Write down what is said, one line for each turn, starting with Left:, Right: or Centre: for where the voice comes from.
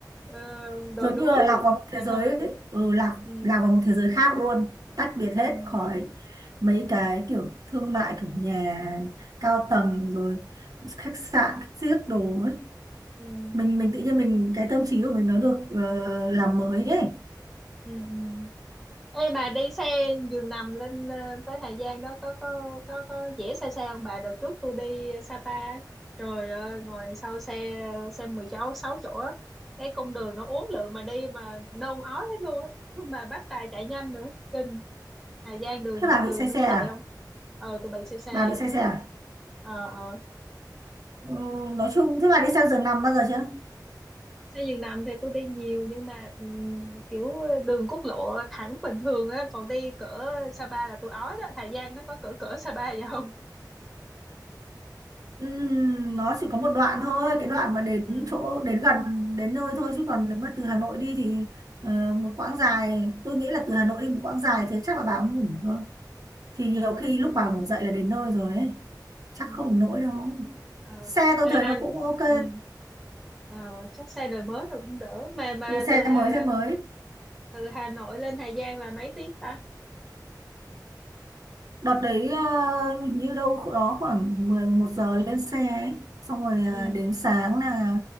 Centre: ờ, đồi
Right: giống
Centre: núi
Right: như là lạc vào một
Centre: vậy
Right: thế giới
Centre: thôi
Right: ừ, lạc
Centre: ừ
Right: lạc vào một thế giới khác luôn tách biệt
Centre: ừ
Right: hết khỏi mấy cái kiểu thương mại kiểu nhà cao tầng rồi khách sạn xiếc đồ ấy
Centre: ừ
Right: mình mình tự nhiên mình cái tâm trí của mình nó được ờ, làm mới ấy
Centre: ừ ừ Ê bà đi xe giường nằm lên ờ, tới Hà Giang đó có có có có dễ xa xa không bà? Đợt trước tôi đi Sapa trời ơi ngồi sau xe xe 16 sáu chỗ á, cái cung đường nó uốn lượn mà đi mà nôn ói hết luôn á. <laughs> mà bắt tài chạy nhanh nữa kinh Hà Giang đường
Right: thế bà bị
Centre: đường
Right: say
Centre: nó
Right: xe
Centre: như
Right: à
Centre: vậy không? Ờ tụi bay xe xe
Right: bà bị say xe à
Centre: ờ ờ
Right: ừ, nói chung thế bà đi sang giường nằm bao giờ chưa
Centre: xe giường nằm thì tôi đi nhiều nhưng mà ừm, kiểu đường quốc lộ thẳng bình thường á còn đi cỡ Sapa là tôi ói đó Hà Giang nó có cỡ cỡ Sapa vậy không
Right: Ừm, nó chỉ có một đoạn thôi cái đoạn mà đến
Centre: ừ
Right: chỗ đến gần đến nơi thôi chứ còn nếu mà từ Hà Nội đi thì ờ, một quãng dài tôi nghĩ là từ Hà Nội đi một quãng dài thế chắc là bà cũng ngủ thôi thì nhiều khi lúc bà ngủ dậy là đến nơi rồi ấy chắc
Centre: ừ
Right: không đến nỗi đâu
Centre: ờ
Right: xe tôi
Centre: mà
Right: thấy
Centre: hành
Right: nó cũng ok
Centre: ừ ờ chắc xe đời mới rồi cũng đỡ mà mà
Right: ừ, xe
Centre: từ ờ,
Right: mới xe mới
Centre: từ Hà Nội lên Hà Giang là mấy tiếng ta
Right: đợt đấy ờ, hình như đâu đó khoảng 10 11 giờ lên xe ấy. xong rồi ờ,
Centre: ừ
Right: đến sáng là